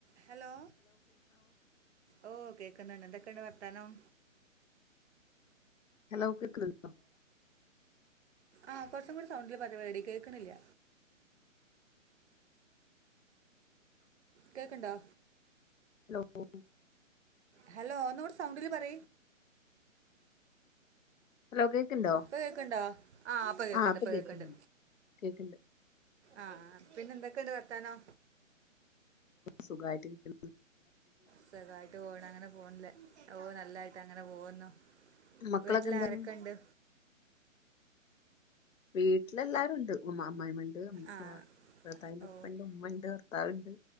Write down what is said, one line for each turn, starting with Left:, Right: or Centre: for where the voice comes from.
Right: Hello ഓ ക്കെകുന്നു എന്ത എണ് വർത്താനം
Left: ഹലോ കേക് നുണ്ടോ
Right: ആഹ് കുറച്ചും കൂടി സൗണ്ട പതുപടി കേൾക്കുന്നില്ല കേക്കണ്ടാ
Left: ലകോ
Right: ഹലോ ഒന്ന്വിടെ സൗണ്ടില് പറ
Left: ഹലോ കേൾക്കുണ്ടോ
Right: പഴക്കണ്ടോ ആഹ് പക കേക്കണ്ട്
Left: ആ ഇപ്പൊ
Right: പതുക്കുണ്ട്
Left: കേൾക്കുന്നുണ്ട് കേൾക്കുന്നുണ്ട്
Right: ആഹ പിന്നെ എന്തൊക്കെയുണ്ട് വർത്താനോ
Left: സുഖമായിട്ടിരിക്ക
Right: സുഖമായിട്ട് പോണം അങ്ങനെ പോണില്ലേ ഓ നല്ലായിട്ട് അങ്ങനെ പോുന്നുോ
Left: മക്കളൊക്കെ
Right: വീട്ടില്
Left: എന്താ
Right: ആരൊക്കെ ഇണ്ട്
Left: വീട്ടിലെല്ലരുുംണ്ട് ഉ്മാമ്മാ വണ്ട
Right: ആ
Left: പ്രതാവിന്റെ
Right: ഓ
Left: ഉപ്പണ്ട് ഉമ്മ ഉണ്ട് ഭർത്താവ്ണ്ട്